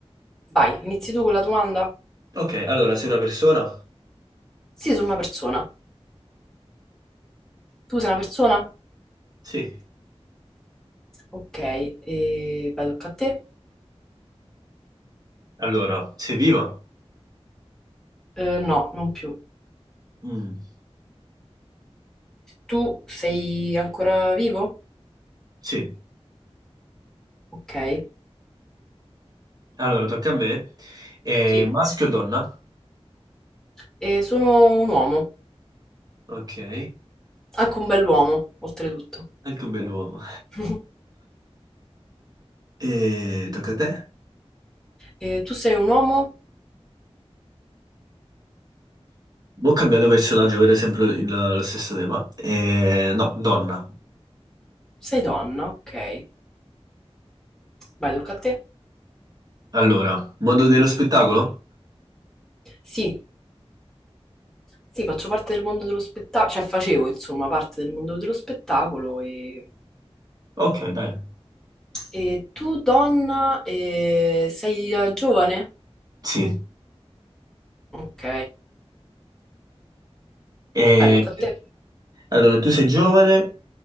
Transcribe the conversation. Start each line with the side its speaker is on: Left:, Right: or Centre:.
Centre: Vai, inizi tu con la domanda?
Right: Ok, allora, sei una persona?
Centre: Sì, sono una persona. Tu sei una persona?
Right: Sì.
Centre: Ok, e vai, tocca a te?
Right: Allora, sei viva?
Centre: Eh, no, non più.
Right: Mm,
Centre: Tu sei ancora vivo?
Right: sì.
Centre: Ok.
Right: Allora, tocca a me. Eh,
Centre: Sì,
Right: maschio o donna?
Centre: e sono un uomo,
Right: Ok.
Centre: anche un bell'uomo, oltretutto.
Right: Anche un bell'uomo.
Centre: <laughs>
Right: E tocca a te.
Centre: E tu sei un uomo?
Right: Boh, cambiato personaggio, per esempio il- lo stesso tema. E, no, donna.
Centre: Sei donna, ok. Vai, tocca a te.
Right: Allora, mondo dello spettacolo?
Centre: Sì, sì, faccio parte del mondo dello spettacolo, cioè facevo, insomma, parte del mondo dello spettacolo e,
Right: Ok, dai.
Centre: e tu, donna, eh, sei eh, giovane?
Right: Sì.
Centre: Ok,
Right: E-
Centre: vai, tocca a te.
Right: allora, tu sei giovane,